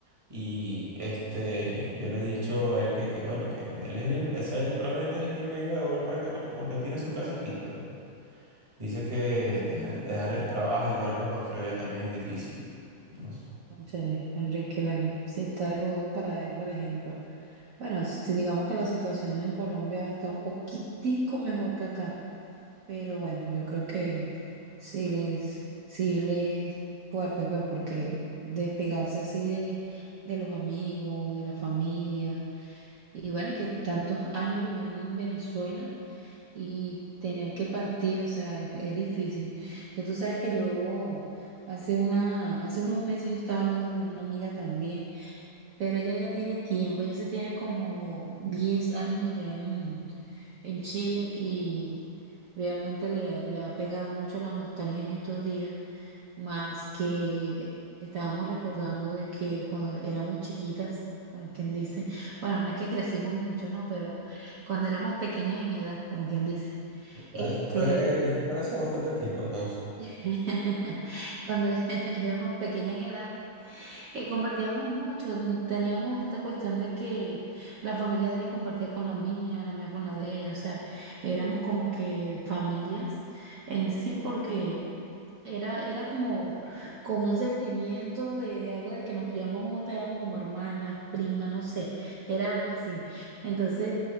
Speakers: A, on the right; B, on the right.
A: Y, este, yo le he dicho a él que, que bueno, que él es bien, ese él, creo que él es bienvenido a volver para acá porque él tiene su casa aquí, pero dice que dejar, dejar el trabajo y todo lo que construyó ya también es difícil. No sé.
B: Cónchale, Enrique, bueno, sí está rudo para él, por ejemplo. Bueno, si digamos que la situación en Colombia está un poquitico mejor que acá, pero bueno, yo creo que sí les, sí les fuerte, pues, porque despegarse así de, de los amigos, de la familia, y bueno, y que tantos años viviendo en Venezuela y tener que partir, o sea, es, es difícil. Yo, tú sabes que yo hace una, hace unos meses yo estaba hablando con una amiga también, pero ella ya tiene tiempo, ella se tiene como 10 años allá en, en Chile y realmente le, le ha pegado mucho la nostalgia en estos días, más que estábamos recordando de que cuando éramos chiquitas, como quien dice, bueno, no es que crecimos mucho, ¿no? Pero cuando éramos pequeñas en edad, como quien dice.
A: Eso
B: Este,
A: fue, eso fue hace bastante tiempo, entonces.
B: <laughs> cuando <laughs> éramos pequeña en edad, eh, compartíamos mucho, mm, teníamos esta cuestión de que la familia de ella compartía con la mía, la mía con la de ella, o sea, éramos como que familias en sí porque era, era como, como un sentimiento de, de algo de que nos criamos juntas, éramos como hermanas, primas, no sé, era algo así. Entonces...